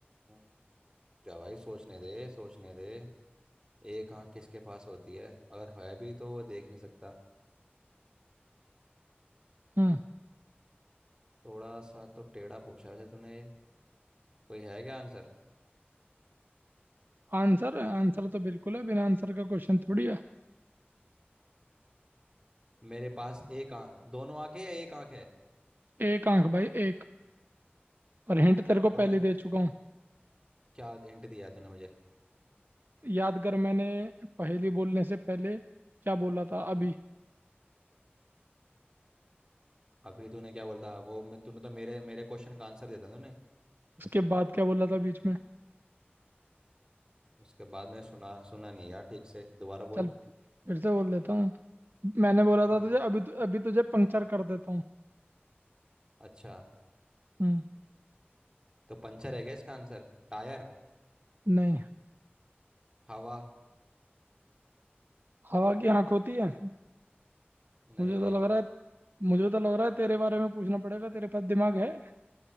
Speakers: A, on the right; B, on the right.
A: हूँ। जा भाई सोचने दे सोचने दे एक आंख किसके पास होती है अगर है भी तो वो देख नहीं सकता
B: हम्म
A: थोड़ा सा तो टेढ़ा पूछा वैसे तूने ये कोई है क्या आंसर
B: आंसर आंसर तो बिल्कुल है बिना आंसर का क्वेश्चन थोड़ी है
A: मेरे पास एक आंख दोनों आंखें या एक आंख है
B: एक आंख भाई एक और हिंट तेरे को
A: और
B: पहले
A: मैं
B: दे चुका हूँ
A: क्या हिंट दिया तूने मुझे
B: याद कर मैंने पहेली बोलने से पहले क्या बोला था अभी
A: अभी तूने क्या बोलता वो मैं तूने तो मेरे मेरे क्वेश्चन का आंसर दिया था तूने
B: उसके बाद क्या बोला था बीच में
A: उसके बाद मैंने सुना सुना नहीं यार ठीक से दोबारा
B: चल
A: बोल
B: फिर से बोल देता हूँ मैंने बोला था
A: हम्म
B: तुझे अभी अभी तुझे पंक्चर कर देता हूँ
A: अच्छा
B: हम्म
A: तो पंचर है क्या इसका आंसर टायर
B: नहीं
A: हवा
B: हवा की आंख होती है
A: नहीं
B: मुझे
A: नहीं
B: तो लग रहा है मुझे तो लग रहा है तेरे बारे में पूछना पड़ेगा तेरे पास दिमाग है